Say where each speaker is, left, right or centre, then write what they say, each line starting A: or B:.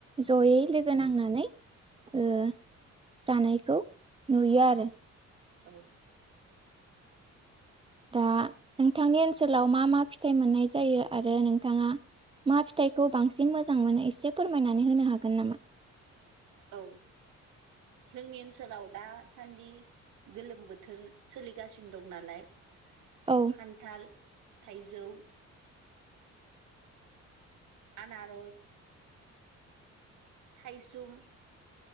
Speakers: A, on the right (about 20°); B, on the right (about 80°).
A: जयै लोगो नांनानै ओ जानायखौ नुयो आरो।
B: औ।
A: दा नोंथांनि ओनसोलाव मा मा फिथाइ मोननाय जायो आरो नोंथाङा मा फिथाइखौ बांसिन मोजां मोनो एसे फोरमायनानै होनो हागोन नामा?
B: औ। जोंनि ओनसोलाव दासान्दि गोलोम बोथोर सो--लिगासिनो दं नालाय
A: औ
B: खान्थाल थाइजौ आनारस थाइसुम